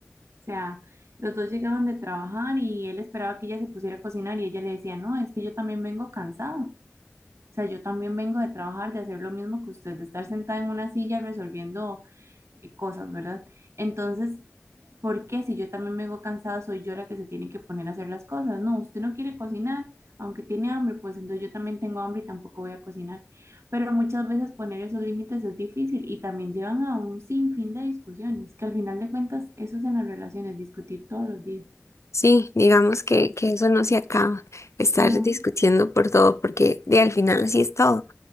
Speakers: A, on the right; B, on the left.
A: o sea, los dos llegaban de trabajar y él esperaba que ella se pusiera a cocinar y ella le decía, no, es que yo también vengo cansado, o sea, yo también vengo de trabajar, de hacer lo mismo que usted, de estar sentada en una silla resolviendo eh, cosas, ¿verdad? Entonces, ¿Por qué si yo también vengo cansada, soy yo la que se tiene que poner a hacer las cosas? No, usted no quiere cocinar, aunque tiene hambre, pues entonces yo también tengo hambre y tampoco voy a cocinar. Pero muchas veces poner esos límites es difícil y también llevan a un sinfín de discusiones, que al final de cuentas eso es en las relaciones, discutir todos los días.
B: Sí, digamos que, que eso no se acaba, estar
A: No,
B: discutiendo por todo, porque de al final así es todo,